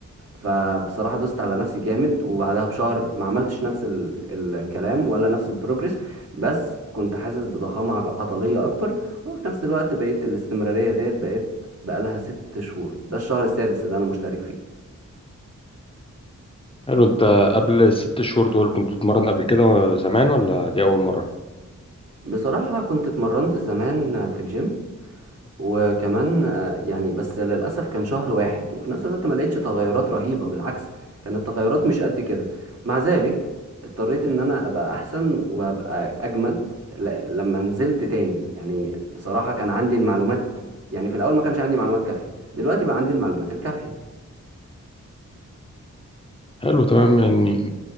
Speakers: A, on the right; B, on the left.
A: فبصراحة دوست على نفسي جامد وبعدها بشهر ما عملتش نفس ال... الكلام ولا نفس البروجرس بس كنت حاسس بضخامة عض- عضلية أكبر وفي نفس الوقت بقيت الاستمرارية ديت بقيت بقالها ست شهور ده الشهر السادس اللي أنا مشترك فيه
B: حلو انت قبل الست شهور دول كنت بتتمرن قبل كده زمان ولا دي اول مرة
A: بصراحة كنت اتمرنت زمان في الجيم وكمان آه، يعني بس للأسف كان شهر واحد وفي نفس الوقت ما لقيتش تغيرات رهيبة بالعكس كانت التغيرات مش قد كده مع ذلك اضطريت ان انا ابقى احسن وابقى اجمد ل- لما نزلت تاني يعني بصراحة كان عندي المعلومات يعني في الاول ما كانش عندي معلومات كافية دلوقتي بقى عندي المعلومات الكافية
B: حلو تمام يعني